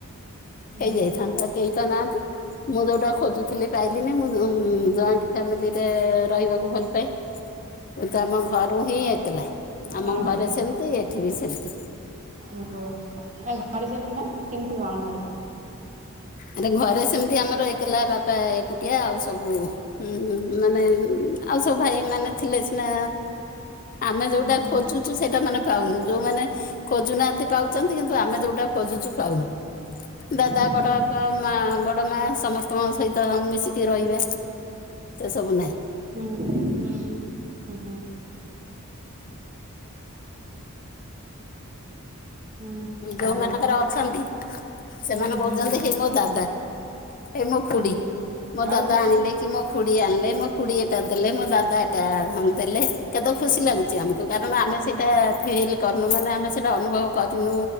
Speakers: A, on the right; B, on the left.
A: ହୁଁ
B: ହେଇଯାଇଥାନ୍ତା କେହି ତ ନାହାନ୍ତି ମୁଁ ଯୋଉଟା ଖୋଜୁଥିଲି ପାଇଲିନି ମୁଁ ଉଁ ଉଁ ଜଏଣ୍ଟ ଫ୍ୟାମିଲିରେ ରହିବାକୁ ଭଲ ପାଏ। କିନ୍ତୁ ଆମ ଘରୁ ହିଁ ଏକଲା ଆମ
A: ଓ
B: ଘରେ ସେମତି ଏଠି ବି ସେମିତି।
A: ଓହୋ ଏ ଘରେ ସେମିତି ମାନେ କେମିତି କଣ ଘରେ
B: ମାନେ ଘରେ ସେମିତି ଆମର ଏକେଲା ବାପା ଏକୁଟିଆ ଆଉ ସବୁ ହୁଁ ମାନେ ଆଉ ସବୁ ଭାଇ ମାନେ ଥିଲେ ସିନା ଆମେ
A: ହୁଁ
B: ଯୋଉଟା
A: ହୁଁ।
B: ଖୋଜୁଚୁ ସେଇଟା ମାନେ ପାଉନୁ ଯୋଉମାନେ ଖୋଜୁନାହାନ୍ତି ପାଉଚନ୍ତି କିନ୍ତୁ ଆମେ ଯୋଉଟା ଖୋଜୁଚୁ ପାଉନୁ। ଦାଦା,
A: ହୁଁ
B: ବଡ
A: ହୁଁ
B: ବାପା, ମା, ବଡ ମା ସମସ୍ତଙ୍କ ସହିତ ମିଶିକି ରହିବା। ସେ ସବୁ ନାହିଁ
A: ହୁଁ ହୁଁ ଉ ହୁଁ। ହୁଁ
B: ଯୋଉମାନଙ୍କର
A: ଆଉ
B: ଅଛନ୍ତି ସେମାନେ
A: ହୁଁ ହୁଁ
B: କହୁଚନ୍ତି ହେଇ ମୋ ଦାଦା। ଏଇ ମୋ ଖୁଡି
A: ହୁଁ
B: ମୋ
A: ଆଉ
B: ଦାଦା ଆଣିଲେ କି ମୋ ଖୁଡି ଆଣିଲେ ମୋ ଖୁଡି ଏଟା ଦେଲେ ମୋ ଦାଦା ଏଟା ଆ ଆଣି ଦେଲେ। କେତେ ଖୁସି
A: ହୁଁ
B: ଲାଗୁଚି
A: ହୁଁ।
B: ଆମକୁ। କାରଣ
A: ଆଉ
B: ଆମେ ସେଇଟା ଫିଲ୍ କରନୁ ମାନେ ଆମେ ସେଇଟା ଅନୁଭବ ତ୍ ନୁ